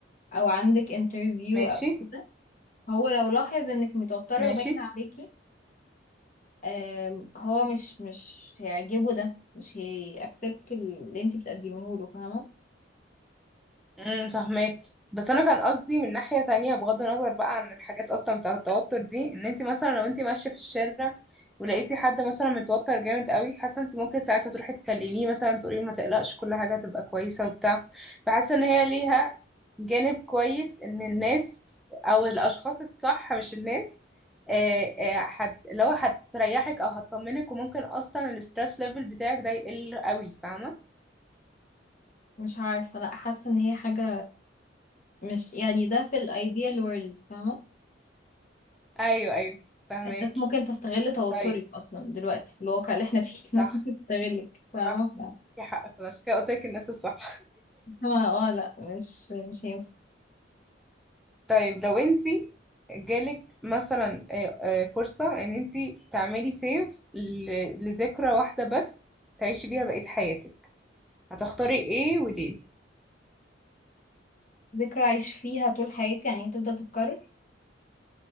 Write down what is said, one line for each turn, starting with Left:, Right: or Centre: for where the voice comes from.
Left: او عندك انترفيو
Centre: ماشي
Left: او كده هو لو لاحظ انك متوترة
Centre: ماشي
Left: وباين عليكي آم، هو مش مش هيعجبه ده مش هيأكسبت اللي انتي بتقدميه له فاهمة
Centre: امم فهماك بس انا كان قصدي من ناحية تانية بغض النظر بقى عن الحاجات اصلا بتاعة التوتر دي ان انت مثلا لو انت ماشية في الشارع ولقيتي حد مثلا متوتر جامد قوي حاسة انت ممكن ساعتها تروحي تكلميه مثلا تقولي له ما تقلقش كل حاجة هتبقى كويسة وبتاع فحاسة ان هي ليها جانب كويس ان الناس او الاشخاص الصح مش الناس آه، آه، هت لو هتريحك او هتطمنك وممكن اصلا الستريس ليفل بتاعك ده يقل قوي فاهمة
Left: مش عارفة لا حاسة ان هي حاجة مش يعني ده في الايديال وورلد فاهمة
Centre: ايوه ايوه فهماكي
Left: الناس ممكن تستغل توترك
Centre: طيب
Left: اصلا دلوقتي في الواقع اللي احنا <laughs> فيه الناس
Centre: صح
Left: ممكن تستغلك فاهمة
Centre: صح في حق فعلا عشان كده قلت لك الناس الصح
Left: هو اه لا مش مش هينفع
Centre: <laughs> طيب لو انت جالك مثلا آه، آه، فرصة ان انت تعملي سيف ل- لذكرى واحدة بس تعيشي بيها بقية حياتك هتختاري ايه وليه
Left: ذكرى عايش فيها طول حياتي يعني هتفضل تتكرر